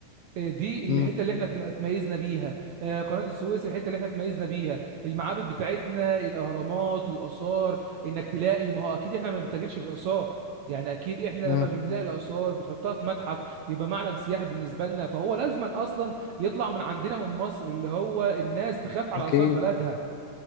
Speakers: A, on the right; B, on the left.
A: آه، دي الحته
B: مم.
A: اللي احنا اتم- اتميزنا بيها آه، قناه السويس الحته اللي احنا اتميزنا بيها المعابد بتاعتنا الاهرامات الاثار انك تلاقي ما هو اكيد احنا ما بنتاجرش في الاثار يعني اكيد احنا
B: مم.
A: لما بنلاقي الاثار بتحطها في متحف يبقى معلم سياحي بالنسبه لنا فهو لازما اصلا يطلع من عندنا من مصر اللي هو الناس تخاف على
B: أكيد
A: اثار بلدها